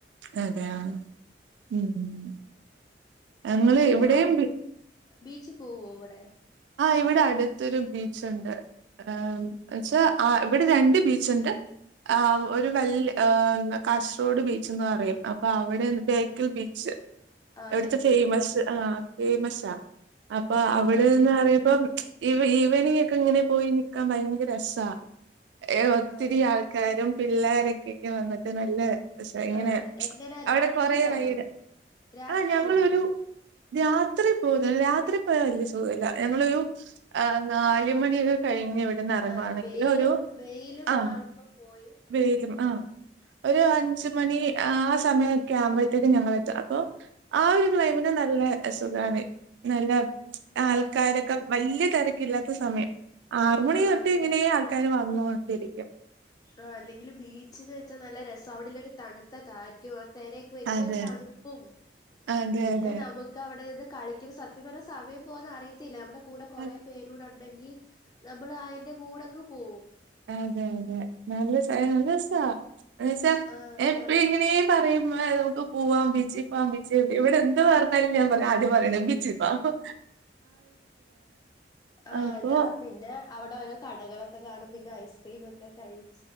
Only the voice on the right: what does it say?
അതെയാ ഉം അങ്ങളെ
എവിടേം വി
ആഹ് ഇവിടെ അടുത്തൊരു ബീച്ചൊണ്ട് ആമ് എച്ചാ ആ ഇവിടെ രണ്ട് ബീച്ചൊണ്ട് ആഹ് ഒരു വല് ആഹ്‌ കാസറോഡ് ബീച്ച് ന്ന് പറയും അപ്പോ അവടെ ബേക്കൽ ബീച്ച്
എവ്ടത്തെ
ഫേമസ്
ആഹ് ഫേമസാ അപ്പാ അവടെനിന്ന്
പറയുമ്പം ഈ ഈവനിങ് ഒക്കെ ഇങ്ങനെ പോയി നിക്കാൻ ഭയങ്കര രസാ ഏഹ് ഒത്തിരി
ആൾക്കാരും പിള്ളോരൊക്കെക്കെ വന്നിട്ട് നല്ല രസാ ഇങ്ങനെ
അവിടെ
കൊറെ റൈഡ്
ആഹ് ഞങ്ങളൊരു
രാത്രി <unintelligible> രാത്രി പോയാ വല്യ സുഖവില്ല ഞങ്ങളൊരു നാല് മണിക്കെ കഴിഞ്ഞവി ട്ന്ന് എറങ്ങുവാണെങ്കില്
ഒരു
ആഹ്
വെയിലും ആഹ് ഒരു അഞ്ച് മണി ആ സമയൊക്കെ ആവുമ്പോഴത്തേക്ക് ഞങ്ങളെത്തും അപ്പോ ആ ഒരു ക്ലൈമറ്റ് നല്ലേ സുഖവാണ് നല്ല ആൾക്കാരൊക്കെ വല്യ തെരക്കില്ലാത്ത സമയം ആറുമുണി തൊട്ടേ
ഇങ്ങനേ ആൾക്കാര് വന്നൊണ്ടിരിക്കും
അതെ.
അതെ
അതെ
അ-
അതെ അതെ നല്ലസ നല്ലരസാ എന്ന് വെച്ചാ
എപ്പഴ്ങ്ങനേ പറയ്മ്പം നമുക്ക് പൂവാം ബീച്ചിൽ പോവാം ബീച്ചിൽ പോ ഇവിടെ എന്ത് പർഞ്ഞാലും ഞാൻ പറയും ആദ്യം പറയ്ണ് ബീച്ചിൽ പോവാ
അപ്പൊ